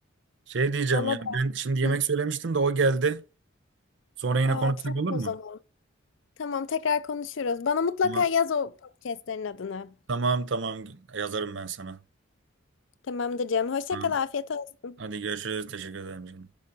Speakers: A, on the right; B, on the left.
A: Şey diyeceğim
B: Valla
A: ya ben şimdi
B: ben.
A: yemek
B: Hı.
A: söylemiştim de o geldi. Sonra yine
B: Aa,
A: konuşsak
B: tamam
A: olur
B: o
A: mu?
B: zaman. Tamam, tekrar konuşuruz. Bana mutlaka
A: Tamam
B: yaz o podcastlerin adını.
A: tamam tamam yazarım ben sana.
B: Tamamdır canım. Hoşça
A: Tamam.
B: kal, afiyet olsun.
A: Hadi görüşürüz teşekkür ederim canım.